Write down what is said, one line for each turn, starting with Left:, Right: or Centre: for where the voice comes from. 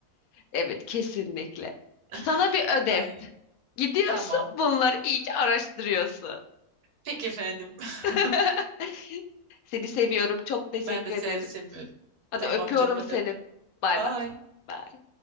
Left: Evet, kesinlikle.
Right: <laughs>
Left: Sana bir ödev.
Right: Ay
Left: Gidiyorsun,
Right: tamam.
Left: bunları iyice araştırıyorsun.
Right: Peki efendim. <laughs>
Left: <laughs> Seni seviyorum. Çok teşekkür
Right: Ben de seni
Left: ederim.
Right: seviyorum.
Left: Hadi
Right: Tamam
Left: öpüyorum
Right: canım hadi
Left: seni.
Right: öptüm.
Left: Bay
Right: Bye.
Left: bay. Bay.